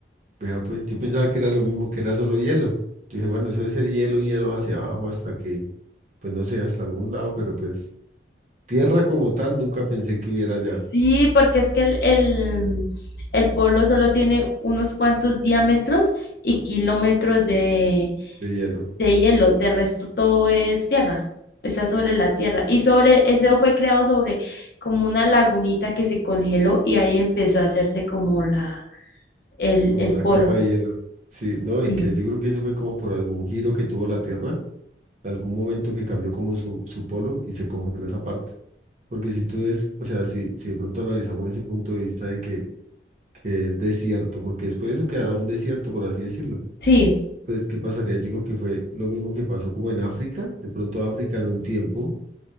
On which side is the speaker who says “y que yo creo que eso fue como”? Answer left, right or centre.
Right